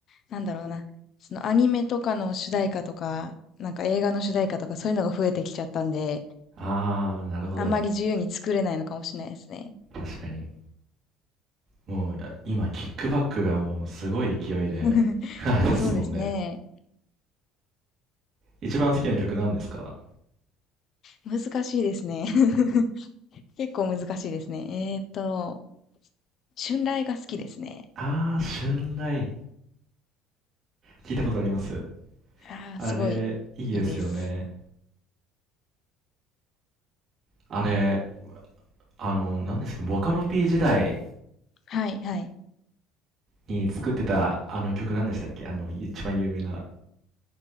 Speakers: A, on the left; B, on the right.
A: なんだろうな、そのアニメとかの主題歌とか、なんか映画の主題歌とかそういうのが増えてきちゃったんで、
B: あー、なるほど。
A: あんまり自由に作れないのかもしれないですね。
B: 確かに。もう、いや今、キックバックがもうすごい勢いで、
A: <laughs>
B: <laughs> あれですもんね。
A: そうですね。
B: 一番好きな曲なんですか
A: 難しいですね。<laughs> 結構難しいですね。えーっと、春雷が好きですね。
B: あー、春雷。聞いたことあります。
A: ああ、
B: あれ、
A: すごい
B: いいですよね。
A: いいです。
B: あれ、あの、何ですか、ボカロ P 時代
A: はい、はい。
B: に作ってた、あの曲何でしたっけあの、一番有名な、